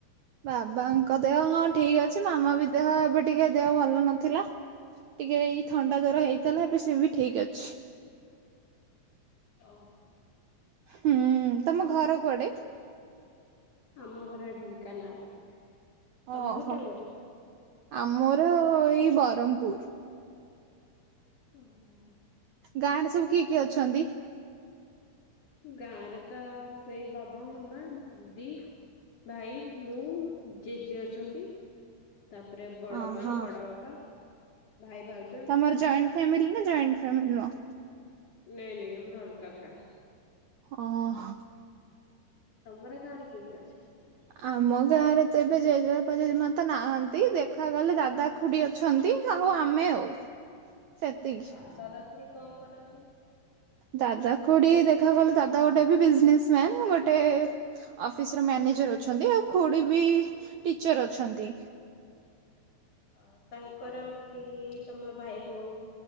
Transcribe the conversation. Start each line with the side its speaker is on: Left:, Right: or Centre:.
Right: ବାବାଙ୍କ ଦେହ ହଁ ଠିକ ଅଛି ମାମା ବି ଦେହ ଏବେ ଟିକେ ଦେହ ଭଲ ନଥିଲା। ଟିକେ ଏଇ ଥଣ୍ଡା ଜର ହେଇଥିଲା ଏବେ ସେ ବି ଠିକ୍ ଅଛି।
Left: ଓହୋ।
Right: ହୁଁ ତମ ଘର କୁଆଡେ?
Left: ଆମ ଘର ଢେଙ୍କାନାଳ। ତମ
Right: ଓହୋ
Left: ଘରଟା କୋଉଠି?
Right: ଆମର ଏଇ ବରମପୁର।
Left: ଓ ହୋ।
Right: ଗାଁରେ ସବୁ କିଏ କିଏ ଅଛନ୍ତି?
Left: ଗାଁରେ ତ ସେଇ ବାବା ମାମା ଦିଦି ଭାଇ ମୁଁ ଜେଜେ ଅଛନ୍ତି। ତାପରେ ବଡମା
Right: ଓହୋ
Left: ବଡବାପା ଭାଇ ଭାଉ
Right: ତମର ଜଏଣ୍ଟ ଫ୍ୟାମିଲୀ ନା ଜଏଣ୍ଟ ଫ୍ୟାମିଲୀ ନୁହଁ।
Left: ନାଇଁ ନାଇଁ ଆମର ଅଲଗା ଅଲଗା।
Right: ଓହୋ।
Left: ତମର ଗାଁରେ କିଏ କିଏ ଅଛନ୍ତି?
Right: ଆମ ଗାଁରେ ତ ଏବେ ଜେଜେବାପା ଜେଜେମା ତ ନାହାନ୍ତି ଦେଖାଗଲେ ଦାଦା ଖୁଡି ଅଛନ୍ତି ଆଉ ଆମେ ଆଉ ସେତିକି।
Left: ଆଉ ଦାଦା ଖୁଡି କଣ କରନ୍ତି?
Right: ଦାଦା ଖୁଡି ଦେଖା ଗଲେ ଦାଦା ଗୋଟେ ବି ବିଜନେସ ମ୍ୟାନ ଗୋଟେ ଅଫିସର ମ୍ୟାନେଜର ଅଛନ୍ତି ଆଉ ଖୁଡ଼ି ବି ଟିଚର ଅଛନ୍ତି।
Left: ଅ ତାଙ୍କର କେହି ତମ ଭାଇ ଭଉଣୀ?